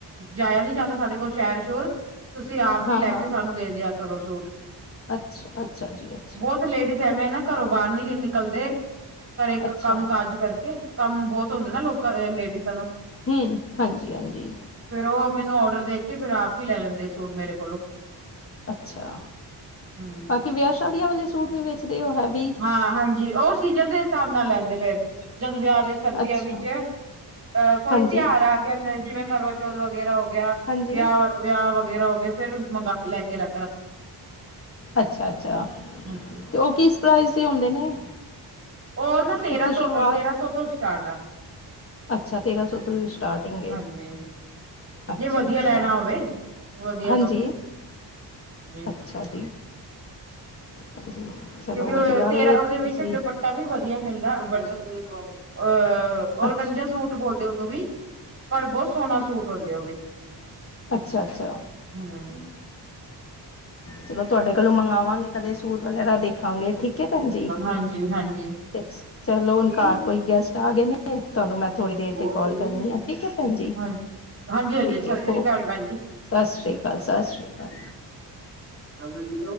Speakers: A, on the right; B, on the left.
A: ਜਾਇਆ ਨੀ ਜਾਂਦਾ ਸਾਡੇ ਕੋਲ ਸ਼ਹਿਰ ਸ਼ੋਰ ਤੁਸੀਂ ਆਪ
B: ਹਾਂ
A: ਹੀ ਲੈ
B: ਹਾਂ
A: ਕੇ ਸਾਨੂੰ ਦੇ ਦਿਆ ਕਰੋ ਸੂਟ।
B: ਅੱਛਾ ਅੱਛਾ ਜੀ ਅਛਾ।
A: ਬਹੁਤ ਲੇਡੀਜ਼ ਐਵੇਂ ਨਾ ਘਰੋਂ ਬਾਹਰ ਨੀ ਨਿਕਲਦੇ। ਘਰੇ
B: ਅੱਛਾ
A: ਕੰਮ ਕਾਜ ਕਰਕੇ ਕੰਮ ਬਹੁਤ ਹੁੰਦੇ ਨਾ ਲੋਕਾਂ ਲੇਡੀਸਾਂ ਨੂੰ।
B: ਹਮ ਹਾਂਜੀ ਹਾਂਜੀ।
A: ਫੇਰ ਉਹ ਮੈਨੂੰ ਆਰਡਰ ਦੇ ਕੇ ਫੇਰ ਆਪ ਹੀ ਲੈ ਲੈਂਦੇ ਸੂਟ ਮੇਰੇ ਕੋਲੋਂ।
B: ਅੱਛਾ
A: ਹੂੰ
B: ਬਾਕੀ ਵਿਆਹ ਸ਼ਾਦੀਆਂ ਵਾਲੇ ਸੂਟ ਵੀ ਵੇਚਦੇ ਉਹ ਹੈ ਵੀ।
A: ਹਾਂ ਹਾਂਜੀ ਉਹ ਸੀਜਨ ਦੇ ਹਿਸਾਬ ਨਾਲ ਲੈਂਦੇ ਫੇਰ ਜਦੋਂ ਵਿਆਹ ਦੇ ਸਰਦੀਆਂ
B: ਅੱਛਾ,
A: ਵਿੱਚ ਅਹ ਕੋਈ
B: ਹਾਂਜੀ।
A: ਤਿਉਹਾਰ ਆ ਜਿਵੇਂ ਕਰਵਾਜੌਥ ਵਗੈਰਾ ਹੋ ਗਿਆ
B: ਹਾਂਜੀ।
A: ਵਿਆਹ ਵਿਆਹ ਵਗੈਰਾ ਹੋ ਕੇ ਫੇਰ ਮੰਗਾ ਲੈ ਕੇ ਲ
B: ਅੱਛਾ ਅੱਛਾ
A: ਹਾਂਜੀ
B: ਤੇ ਉਹ ਕਿਸ ਪ੍ਰਜ਼ ਦੇ ਹੁੰਦੇ ਨੇ।
A: ਉਹ ਨਾ ਤੇਰਾਂ
B: ਕਿੱਥੋਂ
A: ਤੋਂ
B: ਸ਼ੁਰੂਆਤ?
A: ਤੇਰਾਂ ਸੌ ਤੋਂ ਸਟਾਰਟ ਆ
B: ਅੱਛਾ ਤੇਰਾਂ ਸੌ ਤੋਂ ਸਟਾਰਟਿੰਗ
A: ਹਾਂਜੀ
B: ਅੱਛਾ
A: ਜੇ ਵਧੀਆ
B: ਅੱਛਾ
A: ਲੈਣਾ ਹੋਵੇ ਵਧੀਆ
B: ਹਾਂਜੀ
A: ਤੋਂ ਜੀ
B: ਅੱਛਾ ਜੀ ਹਾਂ ਜੀ ਚਲੋ
A: ਤੇ ਕਿਉਂਕਿ
B: ਵਧੀਆ
A: ਤੇਰਾ ਤੇਰਾ
B: ਵੇ
A: ਉਹਦੇ ਵਿਚ
B: ਤੁਸੀਂ
A: ਵੀ ਦੁਪੱ ਆਟਾ ਵੀ ਵਧੀਆ ਮਿਲਦਾ ਹੈ ਬ ਅਹ ਔਰਕੰਜਾ
B: ਅੱਛ,
A: ਸੂਟ ਬੋਲਦੇ ਉਹਨੂੰ ਵੀ ਪਰ ਬਹੁਤ ਸੋਹਣਾ ਸੂਟ ਹੁੰਦੇ ਉਹ ਵੀ
B: ਅੱਛਾ ਅੱਛਾ
A: ਹਮ
B: ਚਲੋ ਤੁਹਾਡੇ ਕੋਲੋਂ ਮੰਗਵਾ ਵਾਂਗੇ ਕਦੇ ਸੂਟ ਵਗੈਰਾ ਦੇਖਾਂਗੇ ਠੀਕ ਹੈ ਭੈਣ ਜੀ ਠੀਕ
A: ਹਾਂਜੀ ਹਾਂਜੀ
B: ਹੈ ਚਲੋ ਹੁਣ
A: ਜੀ
B: ਘਰ ਕੋਈ ਗੈਸਟ ਆ ਗਏ ਨੀ ਤੁਹਾਨੂੰ ਮੈਂ ਥੋੜ੍ਹੀ ਦੇਰ
A: ਹੋਰ
B: ਤੇ ਕੋਲ
A: ਵਧੀਆ
B: ਕਰਨੀ ਠੀਕ ਹੈ ਠੀਕ ਹੈ ਭੈਣ ਜੀ
A: ਹਾਂਜੀ ਹਾਂਜੀ ਹਾਂਜੀ
B: ਠੀਕ
A: ਸਤਿ
B: ਹੈ
A: ਸ੍ਰੀ
B: ਓਕੇ
A: ਅਕਾਲ ਭੈਣ ਜੀ
B: ਸਤਿ ਸ਼੍ਰੀ ਅਕਾਲ ਸਤਿ ਸ਼੍ਰੀ ਅਕਾਲ
A: ਹਾਂ ਜੀ